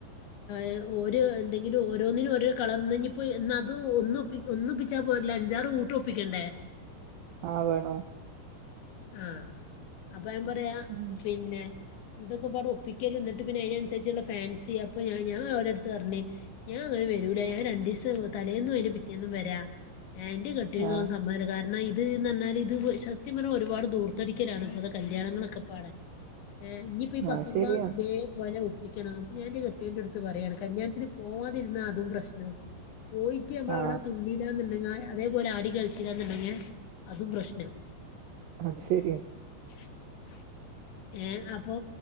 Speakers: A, on the left; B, on the right.
A: എ ഓര് എന്തെങ്കിലും ഓരോന്നിനും ഓരോരോ കളറ് ന്ന്ഞ്ഞിപ്പോ ഇന്നത് ഒന്നും പ്പി ഒന്നൊപ്പിച്ചാ പോരല്ലൊ അഞ്ചാറ് കൂട്ട് ഒപ്പിക്കണ്ടേ
B: ആ വേണോ
A: ആഹ് അപ്പ ഞാ പറയാ
B: ഉം
A: പിന്നെ ഇതൊക്കെപാടെ ഒപ്പിക്കല് ന്ന്ട്ട് പിന്നെ അയ്നൻസരിച്ച്ള്ള ഫാൻസി അപ്പൊ ഞാ ഞാൻ ഓലെട്ത്ത് പർഞ് ഞാ അങ്ങനെ വെരൂല ഞാ രണ്ടീസം തലേന്നും അയ്ന്റെ പിറ്റേന്നും വെരാ എ ഇന്റെ കെട്ട്യോൻക്കൊന്നും
B: ആ
A: സമ്മതല്ല കാരണം ഇത്ന്ന് പർഞ്ഞാല് ഇത് സത്യം പർഞ്ഞ ഒരു പാട് ദൂർത്തടിക്കലാണ് ഇപ്പത്തെ കല്യാണങ്ങളൊക്കെപ്പാടെ എ ഞ്ഞി പ്പ പത്തൊമ്പതാന്തി
B: ആ ശരിയാ
A: ഇതേപോലെ വെ പ്പിക്കണം അപ്പൊ ഞാന്റെ കെട്ട്യോന്റെട്ത്ത് പറയാണ് കല്യാണത്തിന് പോവാതിരുന്ന അതും പ്രശ്നം പോയി റ്റ് ഞമ്മളവടെ
B: ആ
A: തുള്ളിലാന്ന്ണ്ടെങ്കെ അതേപോലെ ആടി കളിച്ചിലാന്ന്ണ്ടെങ്കെ അതും പ്രശ്നം
B: അത് ശെരിയ
A: <inaudible> ഏ അപ്പൊ